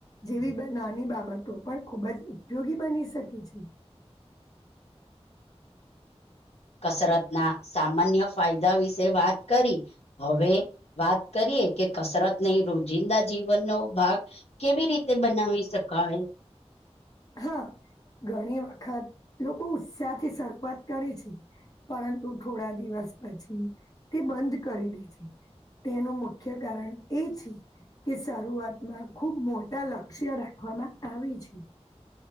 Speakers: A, on the left; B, on the left.
A: જેવી નાની બાબતો પણ ખૂબ જ ઉપયોગી બની શકે છે.
B: કસરતના સામાન્ય ફાયદા વિશે વાત કરી હવે વાત કરીએ કે કસરત ને રોજિંદા જીવનનો ભાગ કેવી રીતે બનાવી શકાય?
A: હા ઘણી વખત લોકો ઉત્સાહ થી શરૂઆત કરે છે. પરંતુ થોડા દિવસ પછી તે બંધ કરી દે છે. તેનું મુખ્ય કારણ એ છે કે શરૂઆતમાં ખુબ મોટા લક્ષ્ય રાખવામાં આવે છે.